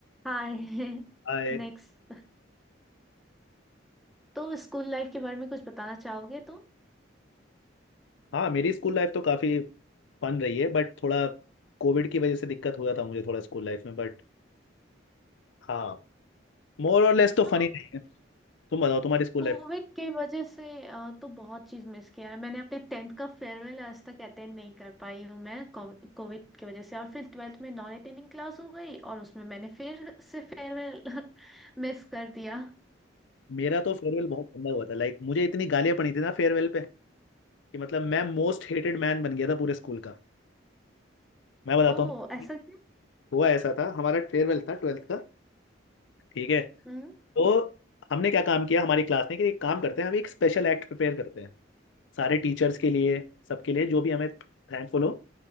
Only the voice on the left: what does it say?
आए
हाँ मेरी स्कूल लाइफ तो काफी फन रही है बट थोड़ा कोविड की वजह से दिक्कत हुआ था मुझे थोड़ा स्कूल लाइफ में बट हाँ मोर और लेस तो
फनी रही है तुम बताओ तुम्हारी स्कूल
लाइफ
मेरा तो फेयरवेल बहुत गंदा हुआ था लाइक मुझे इतनी गालियां पड़ी थी ना फेयरवेल पे कि मतलब मैं मोस्ट हेटेड मैन बन गया था पूरे स्कूल का मैं बताता
हूँ
हुआ ऐसा था हमारा फेयरवेल था ट्वेल्थ का ठीक है
तो हमने क्या काम किया हमारी क्लास ने कि एक काम करते हैं हम एक स्पेशल एक्ट प्रिपेयर करते हैं सारे टीचर्स के लिए सबके लिए जो भी हमें थैंकफुल हो